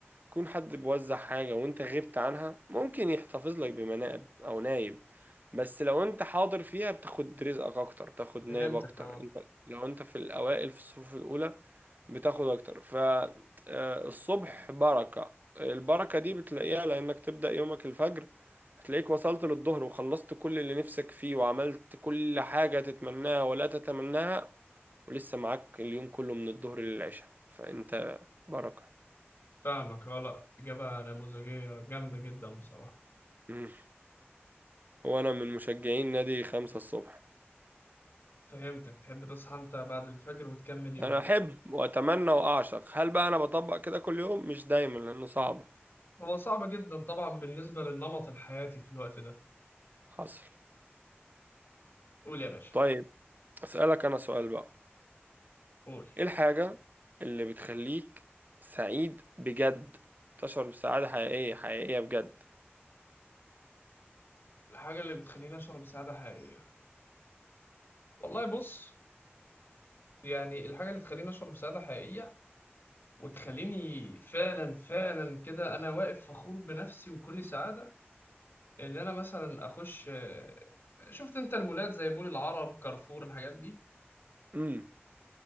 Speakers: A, on the right; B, on the left.
A: يكون حد بيوزع حاجة وانت غبت عنها ممكن يحتفظ لك بمناقب أو نايب بس لو انت حاضر فيها بتاخد رزقك أكتر بتاخد
B: فهمتك
A: نايب أكتر
B: اه
A: انت لو انت في الأوائل في الصفوف الأولى بتاخد اكتر فالصبح بركة البركة دي بتلاقيها لانك تبدأ يومك الفجر هتلاقيك وصلت للظهر وخلصت كل اللي نفسك فيه وعملت كل حاجة تتمناها ولا تتمناها ولسه معاك اليوم كله من الظهر للعشاء فانت بركة
B: فاهمك اه لا اجابه نموذجيه جامده جدا بصراحه
A: مم. هو انا من مشجعين نادي خمسة الصبح
B: فهمتك تحب تصحى انت بعد الفجر وتكمل يومك
A: انا احب واتمنى واعشق هل بقى انا بطبق كده كل يوم مش دايما لانه صعبة
B: هو صعب جدا طبعا بالنسبة للنمط الحياتي في الوقت ده
A: حصل
B: قول يا باشا
A: طيب اسألك انا سؤال بقى
B: قول
A: ايه الحاجة اللي بتخليك سعيد بجد تشعر بسعادة حقيقية حقيقية بجد
B: الحاجة اللي بتخليني أشعر بسعادة حقيقية والله بص يعني الحاجة اللي تخليني أشعر بسعادة حقيقية وتخليني فعلا فعلا كده أنا واقف فخور بنفسي وكل سعادة إن أنا مثلا أخش آه، شفت أنت المولات زي مول العرب كارفور الحاجات دي
A: امم